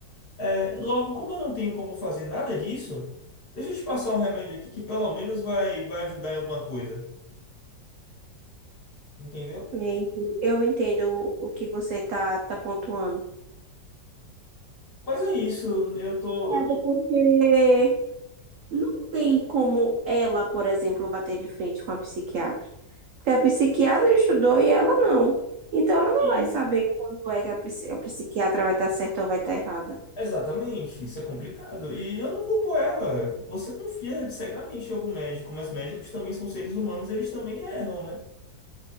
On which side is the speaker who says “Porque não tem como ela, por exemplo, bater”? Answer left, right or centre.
Right